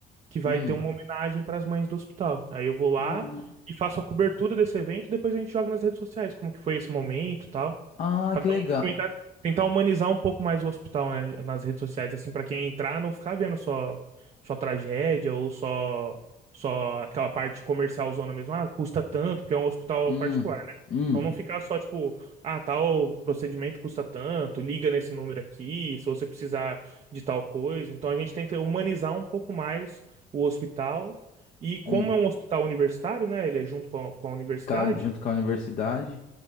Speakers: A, on the right (about 40°); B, on the left (about 50°).
A: que vai
B: Hum.
A: ter uma homenagem para as mães do hospital. Aí eu vou lá
B: Ah,
A: e faço a cobertura desse evento e depois a gente joga nas redes sociais, como que foi esse momento, e tal.
B: ah,
A: Pra
B: que
A: não
B: legal.
A: documentar- tentar humanizar um pouco mais o hospital, né, nas redes sociais, assim, pra quem entrar não ficar vendo só só tragédia ou só só aquela parte comercial zona mesmo, ah, custa tanto, porque é um hospital
B: Hum,
A: particular, né?
B: hum,
A: Então não ficar só tipo, ah, tal procedimento custa tanto, liga nesse número aqui, se você precisar de tal coisa. Então a gente tenta humanizar um pouco mais o hospital. E como
B: hum.
A: é um hospital universitário, né? Ele é junto com a, com a universidade,
B: Ca- Junto com a universidade.